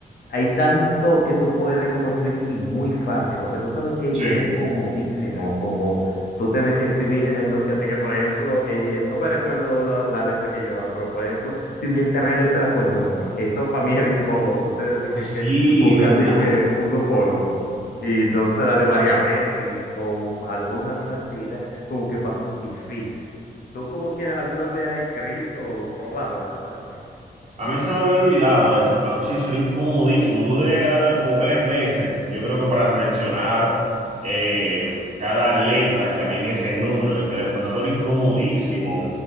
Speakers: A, on the left (about 70°); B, on the right (about 40°).
A: hay tanto que tú puedes como escribir y muy fácil, porque tú sabes que
B: Sí.
A: era incomodísimo como tú tienes que escribir en el Nokia T, que por ejemplo, eh, no me recuerdo la, la letra que llevaba, pero por ejemplo, tenían tres letras por número. Eso para mí era incómodo. Tú tenías
B: Ah,
A: que,
B: Sí,
A: que buscar
B: ¿verdad?
A: de que uno por uno. Y entonces darle varias veces y como palma una frase era como que para mí difícil. ¿Tú como que alguna vez has escrito o probado esa parte?
B: A mí se me había olvidado eso, pero sí, eso era incomodísimo. Tú tenías que darle como tres veces, yo creo que para seleccionar eh, cada letra que había en ese número del teléfono. Eso era incomodísimo.